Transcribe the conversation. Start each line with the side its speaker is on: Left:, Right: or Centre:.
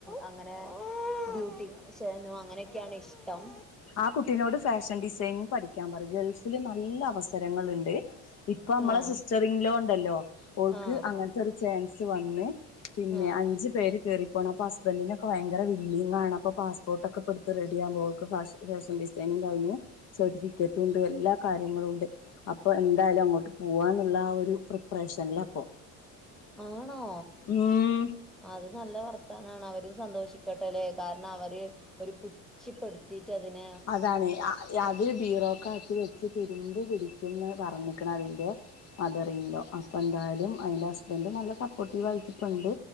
Centre: അങ്ങനെ ബ്യൂട്ടിഷനും അങ്ങനെ ക്കയാണ്ഇഷ്ടം
Left: ആഹ് കുട്ടിനോട് ഫാഷൻ ഡിസൈനിങ് പഠിക്കാപറി ഗൾഫില് നല്ല അവസരങ്ങള്ണ്ട് ഇപ്പ മ്മളെ
Centre: ആഹ്
Left: സിസ്റ്ററിംങ്ലോ ഇണ്ടല്ലോ ഓൾക്ക്
Centre: ആഹ്
Left: അങ്ങൻത്തെരു ച്ചേൻസ് വന്ന് പിന്നെ
Centre: ആഹ്
Left: അഞ്ച് പേര് കേറിപ്പോണം അപ്പൊ ഹസ്ബന്റിനൊക്കെ വയങ്കര വില്ലിങ്ങാണ് അപ്പ പാസ്പോട്ടൊക്ക ഇപ്പ റെഡിയാമ്പോ ഓൾക്ക് ഫാഷ ഫാഷൻ ഡിസൈനിങ്ങ് കഴിഞ്ഞ് സർട്ടിഫിക്കറ്റും ഇണ്ട് എല്ലാ കാര്യങ്ങളും ഉണ്ട് അപ്പൊ എന്താലും അങ്ങോട്ട് പ്പൂവാന്നുള്ള ആ ഒരു പ്രിപ്പറേഷൻല്ല ഇപ്പൊ
Centre: ആണോ
Left: ഉം
Centre: അത് നല്ല വർത്താനാണ് അവരും സന്തോഷിക്കട്ടെല്ലെ കാരണം അവര് ഒരു പുച്ഛിപ്പെടുത്തി ത്തി ട്ടതിനെ
Left: അതാണ് അത് ടീ റോ കാക്കി വെ പിചി രുമ്പ് പിടിക്കുംന്ന് പറഞ്ഞിക്ണഅതിന്റെ മദറില്ലോ അപ്പോൾ എന്തായാലും അതിൻ്റെ ഹസ്ബൻഡ് നല്ല സപ്പോർട്ടീവ് ആയിട്ടിപ്പുണ്ട്.